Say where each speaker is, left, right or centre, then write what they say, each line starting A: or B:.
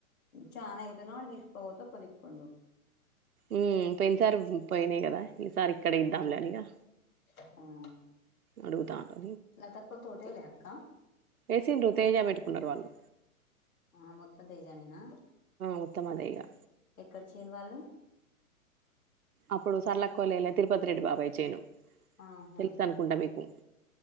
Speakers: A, on the left (about 70°); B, on the right (about 75°).
A: చానా అయితేనో ఓడి తీసుకుపోతా కొద్ది కొన్ను
B: ఉ పోయిన సారి పోయినాయి కదా ఈసారి ఇక్కడే ఇద్దాం లే అని ఇక
A: ఆ
B: అడుగుతాండు
A: లతక్కోల తోటేలే అక్క
B: ఏసిండ్రు తేజ పెట్టుకున్నారు వాళ్ళు
A: ఆ మొత్తం తేజ నేనా
B: మొత్తమదేగా
A: ఎక్కడ చేయని వాళ్ళు
B: అప్పుడు సరళక్కొళే తిరుపతి రెడ్డి బాబాయి చేయను
A: ఆహా
B: తెలుస నుకుంటా మీకు